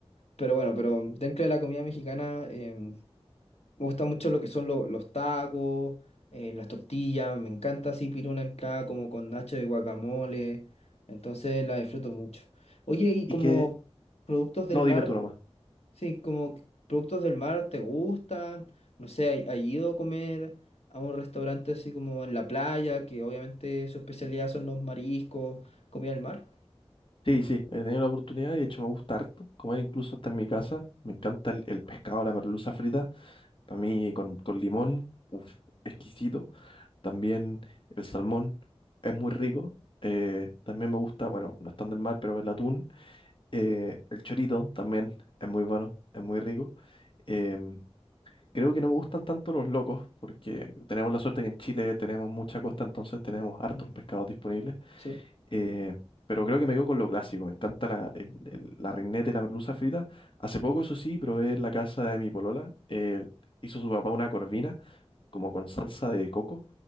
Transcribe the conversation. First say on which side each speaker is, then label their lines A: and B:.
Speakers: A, on the left; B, on the left.
A: Pero bueno, pero dentro de la comida mexicana em, me gusta mucho lo que son lo- los tacos, eh, las tortillas, me encanta así pedir una entrada como con nacho de guacamole, entonces la disfruto mucho. Oye, y
B: y
A: como
B: que...
A: productos del
B: No,
A: mar,
B: dime tú nomás.
A: sí, como que- productos del mar, ¿te gustan? No sé, ¿hay- ¿has ido a comer a un restaurante así como en la playa, que obviamente su especialidad son los mariscos, comida del mar?
B: Sí, sí, he tenido la oportunidad y de hecho me gusta harto comer incluso hasta en mi casa. Me encanta el, el pescado, la merluza frita. Para mí con, con limón, uf, exquisito. También el salmón es muy rico. Eh, también me gusta, bueno, no es tan del mar, pero el atún. Eh, el chorito también es muy bueno, es muy rico. Em, creo que no me gustan tanto los locos, porque tenemos la suerte que en Chile tenemos mucha costa, entonces tenemos hartos
A: Mm.
B: pescados disponibles.
A: Sí,
B: Eh, pero creo que me quedo con lo clásico. Me encanta la, el- el- la reineta y la merluza frita. Hace poco, eso sí, probé en la casa de mi polola. eh, hizo su papá una corvina como con salsa de coco.